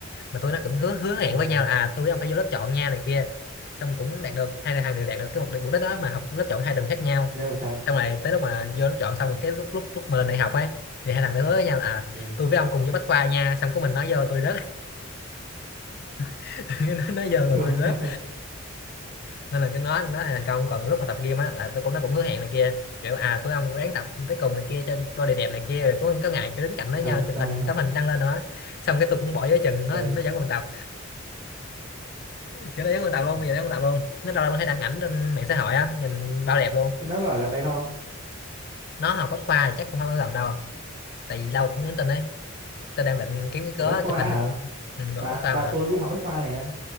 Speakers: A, on the left; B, on the right.
A: mà tụi nó cũng hứa hứa hẹn
B: ờ
A: với nhau là à tôi với ông phải vô lớp chọn nha này kia xong cũng đạt được hai thằng đều đạt được cái mục đích mục đích đó mà học lớp chọn hai đường khác nhau
B: thế bạn trai
A: xong rồi tới lúc mà vô lớp chọn xong rồi cái lúc lúc lúc mà lên đại học ấy thì hai thằng nó hứa với nhau là à
B: ờ
A: tôi với ông cùng vô bách khoa nha xong có mình nói vô tôi rớt <laughs> nó nói vô còn
B: <laughs>
A: tôi rớt
B: ờ
A: nên là cái nó nó thành công còn lúc mà tập gym á là tôi cũng nó cũng hứa hẹn này kia kiểu à tôi ông ráng tập tới cùng này kia cho body đẹp này kia rồi có có ngày cứ đứng cạnh với
B: ờ,
A: nhau
B: xong
A: chụp hình
B: rồi
A: tấm hình đăng lên nữa xong cái tôi cũng bỏ giữa chừng nó
B: ờ
A: nó vẫn còn tập kiểu nó giống con tàu luôn
B: Ừ.
A: bây giờ giống con tàu luôn nó đâu đâu thấy đăng ảnh trên mạng xã hội á nhìn bao đẹp luôn
B: nó có ở gần đây không
A: nó học bách khoa thì chắc cũng không ở gần đâu tại vì lâu không nhắn tin ấy
B: Ờ,
A: tôi đang định kiếm cái cớ
B: ở Bách Khoa
A: chụp hình
B: à
A: này những, ừ, được
B: bà
A: bách khoa
B: bà
A: mà
B: tôi nó cũng học Bách Khoa nè